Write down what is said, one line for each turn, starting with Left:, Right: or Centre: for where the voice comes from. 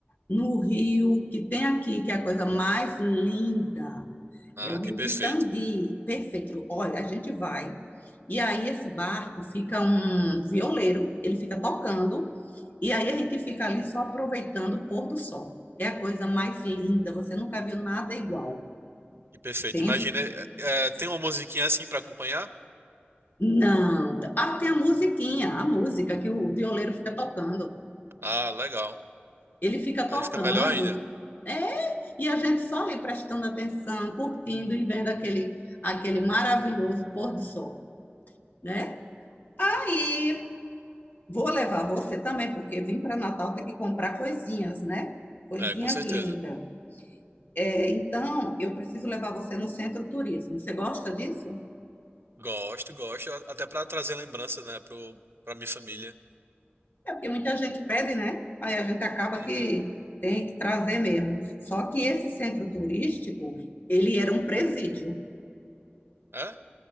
Left: no rio que tem aqui, que é a coisa mais linda.
Right: Ah,
Left: É o
Right: que
Left: Rio
Right: perfeito.
Left: Pitangui. Perfeito. Olha, a gente vai. E aí esse barco fica um violeiro, ele fica tocando, e aí a gente fica ali só aproveitando o pôr do sol. É a coisa mais linda, você nunca viu nada igual.
Right: Que perfeito.
Left: Tem...
Right: Imagina, é, é, tem uma musiquinha assim pra acompanhar?
Left: Não. Ah, tem a musiquinha, a música que o violeiro fica tocando.
Right: Ah, legal.
Left: Ele fica
Right: Aí
Left: tocando,
Right: fica melhor ainda.
Left: é, e a gente só ali prestando atenção, curtindo e vendo aquele, aquele maravilhoso pôr do sol, né? Aí
Right: Uhum.
Left: vou levar você também, porque vim para Natal tem que comprar coisinhas, né? Coisinhas
Right: É, com certeza.
Left: lindas. É, então, eu preciso levar você no centro turismo. Você gosta disso?
Right: Gosto, gosto, a- até pra trazer lembranças, né, pro, pra minha família.
Left: É porque muita gente pede, né? Aí a gente acaba
Right: Uhum.
Left: que tem que trazer mesmo. Só que esse centro turístico, ele era um presídio.
Right: É?